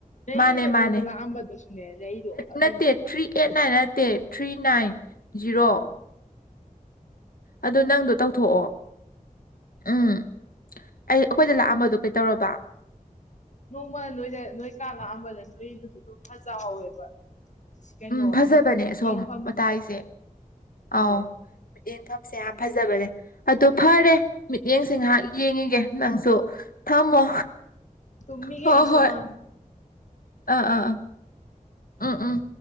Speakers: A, on the left; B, on the left.
A: ꯂꯩꯗ
B: ꯃꯥꯅꯦ ꯃꯥꯅꯦ
A: ꯅꯣꯡꯃ ꯂꯥꯛꯑꯝꯕꯗꯁꯨꯅꯦ ꯂꯩꯗꯣ ꯑꯗꯨꯝ
B: ꯅꯠꯇꯦ ꯊ꯭ꯔꯤ ꯑꯦꯠ ꯅꯥꯏꯟ ꯅꯠꯇꯦ ꯊ꯭ꯔꯤ ꯅꯥꯏꯟ ꯖꯤꯔꯣ ꯑꯗꯨ ꯅꯪꯗꯣ ꯇꯧꯊꯣꯛꯑꯣ ꯎꯝ ꯑꯩ ꯑꯩꯈꯣꯏꯗ ꯂꯥꯛꯑꯝꯕꯗꯣ ꯀꯩ ꯇꯧꯔꯕ
A: ꯅꯣꯡꯃ ꯅꯣꯏꯗ ꯅꯣꯏ ꯀꯥ ꯂꯥꯛꯑꯝꯕꯅ ꯅꯣꯏꯗꯨꯁꯨ ꯑꯗꯨꯝ ꯐꯖꯍꯧꯋꯦꯕ ꯀꯩꯅꯣ
B: ꯎꯝ ꯐꯖꯕꯅꯦ ꯁꯣꯝ
A: ꯌꯦꯡꯐꯝꯗꯨ
B: ꯃꯇꯥꯏꯁꯦ
A: ꯐꯖꯩ
B: ꯑꯥꯎ ꯌꯦꯡꯐꯝꯁꯦ ꯌꯥꯝ ꯐꯖꯕꯅꯦ ꯑꯗꯣ ꯐꯔꯦ ꯃꯤꯠꯌꯦꯡꯁꯤ ꯉꯍꯥꯛ ꯌꯦꯡꯉꯤꯒꯦ ꯅꯪꯁꯨ ꯊꯝꯃꯣ
A: ꯇꯨꯝꯃꯤꯒ
B: ꯍꯣꯏ
A: ꯑꯁ
B: ꯍꯣꯏ
A: ꯑ
B: ꯑꯥ ꯑꯥꯥ ꯎꯝ ꯎꯝ